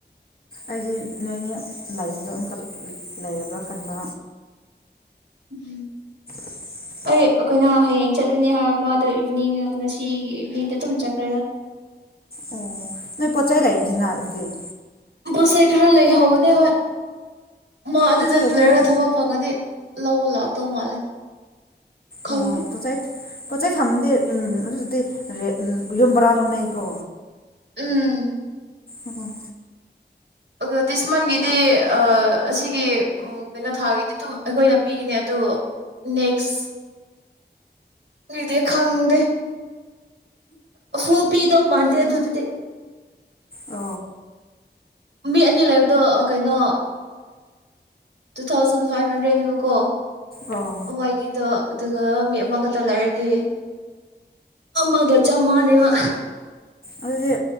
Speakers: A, on the left; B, on the right.
A: ꯑꯩꯗꯤ ꯅꯣꯏꯅꯤ ꯂꯥꯏꯕꯗꯣ ꯑꯃꯝꯈꯛ ꯂꯩꯔꯕ꯭ꯔꯥ ꯈꯟꯕ
B: ꯎꯝ
A: <unintelligible>
B: ꯑꯩ ꯑꯩꯈꯣꯏꯅ ꯍꯌꯦꯡ ꯆꯠꯂꯤꯅꯦ ꯍꯥꯏ ꯃꯥꯗꯣ ꯏꯚꯤꯅꯤꯡ ꯉꯁꯤ ꯏꯚꯤꯅꯤꯡꯗ ꯑꯗꯨꯝ ꯆꯠꯈ꯭ꯔꯦꯗ
A: ꯑꯣ ꯅꯣꯏ ꯄꯣꯠꯆꯩ ꯂꯩꯗꯨꯅ ꯑꯗꯨꯢ
B: ꯄꯣꯠ ꯆꯩ ꯈꯔ ꯂꯩꯍꯧꯕꯅꯦ ꯍꯣꯏ ꯃꯥ ꯑꯗꯨꯗ
A: ꯄꯣꯠ ꯆꯩ ꯂꯩꯗꯤ
B: ꯂꯩꯔꯒ
A: ꯅꯣꯏ
B: ꯊꯕꯛ ꯐꯪꯉꯗꯤ ꯂꯧꯕ ꯂꯥꯛꯇꯧ ꯃꯥꯜꯂꯦ ꯈꯪꯗꯦ
A: ꯑꯣ ꯄꯣꯠꯆꯥꯏ ꯄꯣꯠꯆꯥꯏ ꯊꯥꯃꯗꯤꯦ ꯎꯝ ꯑꯗꯨꯛ ꯑꯗꯨꯗꯤ ꯌꯨꯝ ꯕꯔꯥ ꯂꯧꯅꯩꯀꯣ
B: ꯎꯝ
A: ꯑꯣ
B: ꯑ ꯗꯤꯁꯃꯥꯟꯒꯤꯗꯤ ꯑꯁꯤꯒꯤ ꯀꯩꯅꯣ ꯊꯥꯒꯤꯗꯤ ꯑꯗꯨꯝ ꯑꯩꯈꯣꯏꯅ ꯄꯤꯈꯤꯅꯦ ꯑꯗꯨꯗꯣ ꯅꯦꯛꯁ ꯂꯩꯗꯤ ꯈꯪꯗꯦ ꯍꯨ ꯄꯤꯗꯣ ꯃꯥꯇꯗ ꯑꯗꯨꯗꯗꯤ
A: ꯑ
B: ꯃꯤ ꯑꯅꯤ ꯂꯩꯕꯗꯣ ꯀꯩꯅꯣ ꯇꯨ ꯊꯥꯎꯖꯟ ꯐꯥꯏꯚ ꯍꯟꯗ꯭ꯔꯦꯗꯅꯦꯕꯀꯣ
A: ꯑꯣ
B: ꯎ ꯋꯥꯏꯒꯤꯗꯣ ꯑꯗꯨꯒ ꯃꯤ ꯑꯃꯈꯛꯇ ꯂꯩꯔꯗꯤ ꯑꯃꯒꯆꯥꯝ ꯃꯥꯅꯦꯕ
A: ꯑꯗꯨꯗꯤ